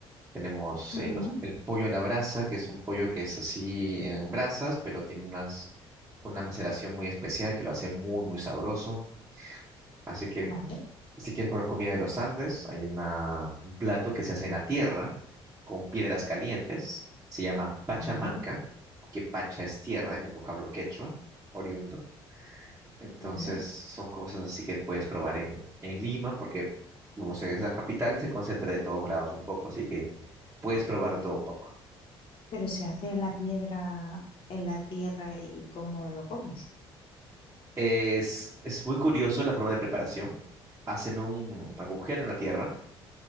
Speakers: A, on the right (about 20°); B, on the left (about 55°).
A: Tenemos
B: Ujú,
A: eh, los- el pollo a la brasa, que es un pollo que es así en brasas, pero tiene unas, una maceración muy especial que lo hace muy, muy sabroso. Así que
B: Vale,
A: si quieres probar comida de los Andes, hay una, un plato que se hace en la tierra con piedras calientes. Se llama pachamanca,
B: ujú,
A: que pacha es tierra en el vocablo quechua, oriundo. Entonces
B: vale.
A: son cosas así que puedes probar en, en Lima, porque como sé, es la capital, se concentra de todos lados un poco, así que puedes probar de todo un poco.
B: Pero se hace la piedra en la tierra y cómo lo comes.
A: Es, es muy curioso la forma de preparación. Hacen un agujero en la tierra